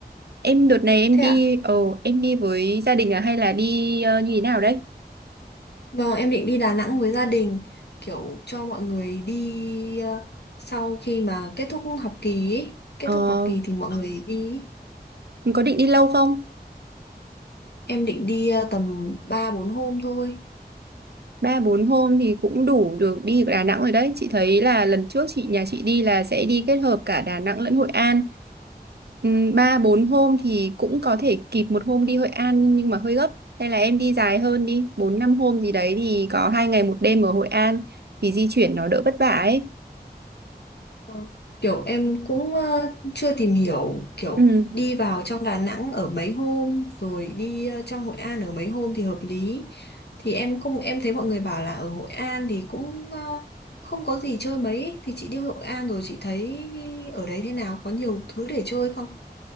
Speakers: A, on the right; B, on the left.
A: Em đợt này em
B: Thế
A: đi
B: ạ?
A: ờ em đi với gia đình à hay là đi ờ, như thế nào đấy?
B: Vâng, em định đi Đà Nẵng với gia đình, kiểu cho mọi người đi ờ, sau khi mà kết thúc học kỳ ý. Kết
A: Ờ
B: thúc học kỳ thì mọi người đi ý.
A: mình có định đi lâu không?
B: Em định đi ờ, tầm 3 4 hôm thôi.
A: Ba bốn hôm thì cũng đủ được đi Đà Nẵng rồi đấy. Chị thấy là lần trước chị nhà chị đi là sẽ đi kết hợp cả Đà Nẵng lẫn Hội An. Ừm, Ba bốn hôm thì cũng có thể kịp một hôm đi Hội An nhưng mà hơi gấp. Hay là em đi dài hơn đi, bốn năm hôm gì đấy thì có hai ngày một đêm ở Hội An thì di chuyển nó đỡ vất vả ấy.
B: Ừ. Kiểu em cũng ờ, chưa tìm hiểu kiểu
A: Ừ.
B: đi vào trong Đà Nẵng ở mấy hôm rồi đi ờ, trong Hội An ở mấy hôm thì hợp lý. Thì em không em thấy mọi người bảo là ở Hội An thì cũng ờ, không có gì chơi mấy ấy. Thì chị đi Hội An rồi chị thấy ở đấy thế nào có nhiều thứ để chơi không?